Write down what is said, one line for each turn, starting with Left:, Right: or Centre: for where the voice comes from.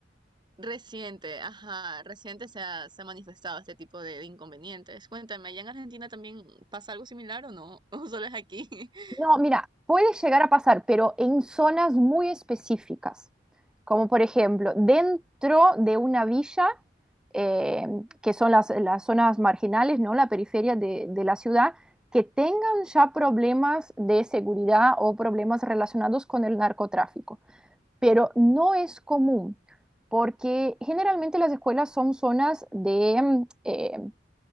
Right: Reciente, ajá, reciente se ha, se ha manifestado este tipo de, de inconvenientes. Cuéntame, ¿allá en Argentina también pasa algo similar o no? <laughs> ¿O solo es aquí? <laughs>
Centre: No, mira, puede llegar a pasar, pero en zonas muy específicas, como por ejemplo dentro de una villa, eh, que son las, las zonas marginales, ¿no? La periferia de, de la ciudad, que tengan ya problemas de seguridad o problemas relacionados con el narcotráfico. Pero no es común, porque generalmente las escuelas son zonas de, mm, eh,